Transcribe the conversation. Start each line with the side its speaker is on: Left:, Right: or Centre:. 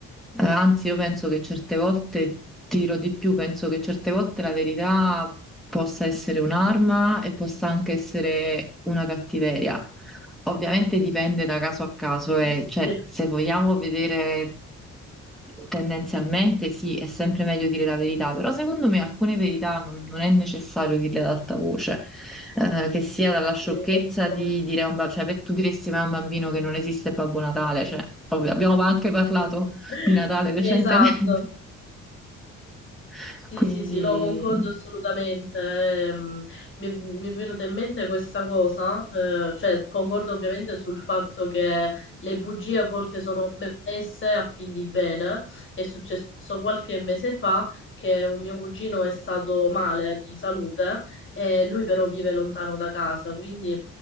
Centre: Eh, Anzi, io penso che certe volte, ti dirò di più, penso che certe volte la verità possa essere un'arma e possa anche essere una cattiveria. Ovviamente dipende da caso a caso,
Left: <laughs>
Centre: e
Left: Sì,
Centre: cioè, se vogliamo vedere. Tendenzialmente sì, è sempre meglio dire la verità, però secondo me alcune verità non, non è necessario dirle ad alta voce, eh, che sia dalla sciocchezza
Left: sì, concordo.
Centre: di dire a un bambino, cioè per tu diresti mai a un bambino che non esiste Babbo Natale, cioè, ovvio, abbiamo anche parlato
Left: <laughs>
Centre: di Natale recentemente,
Left: Esatto.
Centre: <laughs>
Left: Sì,
Centre: quindi
Left: sì, sì, no, concordo assolutamente. Ehm, mi, mi è venuta in mente questa cosa, eh, cioè concordo ovviamente sul fatto che le bugie a volte sono messe a fin di bene. È successo qualche mese fa che un mio cugino è stato male di salute e lui però vive lontano da casa, quindi